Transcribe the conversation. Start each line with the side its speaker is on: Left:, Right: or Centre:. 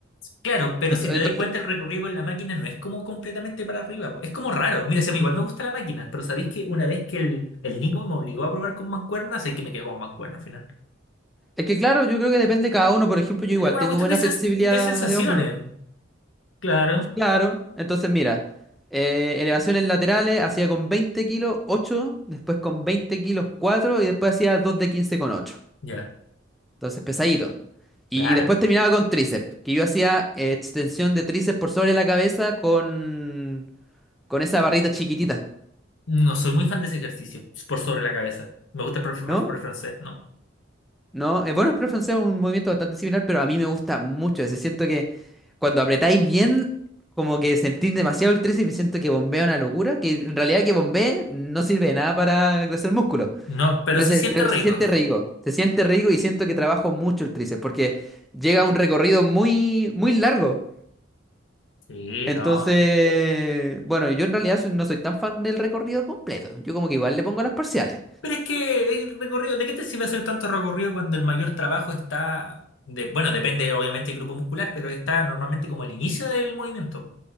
Left: Claro, pero
Centre: Ento-
Left: si te
Centre: Entonces,
Left: das cuenta el recorrido con la máquina no es como completamente para arriba, po. es como raro. Mira, si a mí igual me gusta la máquina, pero sabéis que una vez que el, el Nico me obligó a probar con mancuerna, sé que me quedo con mancuerna al final.
Centre: Es que claro, yo creo que depende de cada uno. Por ejemplo, yo
Left: es
Centre: igual
Left: una
Centre: tengo
Left: cuestión
Centre: buena
Left: de, sens-
Centre: flexibilidad
Left: de sensaciones,
Centre: de hombro.
Left: claro,
Centre: Claro. Entonces, mira, eh, elevaciones laterales hacía con 20 kilos 8, después con 20 kilos 4 y después hacía 2 de 15 con 8.
Left: ya,
Centre: Entonces, pesadito. Y
Left: claro.
Centre: después terminaba con tríceps, que yo hacía eh, extensión de tríceps por sobre la cabeza con, con esa barrita chiquitita,
Left: No soy muy fan de ese ejercicio, por sobre la cabeza. Me gusta el profe-
Centre: ¿no?
Left: más por el francés, ¿no?
Centre: No, eh, bueno, el pre francés es un movimiento bastante similar, pero a mí me gusta mucho ese. Siento que cuando apretáis bien, como que sentís demasiado el tríceps y siento que bombea una locura, que en realidad que bombee no sirve de nada para crecer músculo,
Left: No, pero
Centre: pero
Left: se
Centre: se,
Left: siente
Centre: pero
Left: rico.
Centre: se siente rico, se siente rico y siento que trabajo mucho el tríceps porque llega a un recorrido muy, muy largo.
Left: Sí,
Centre: Entonces,
Left: no.
Centre: bueno, yo en realidad soy- no soy tan fan del recorrido completo, yo como que igual le pongo las parciales.
Left: Pero es que el recorrido, ¿de qué te sirve hacer tanto recorrido cuando el mayor trabajo está de, bueno, depende obviamente del grupo muscular, pero está normalmente como el inicio del movimiento.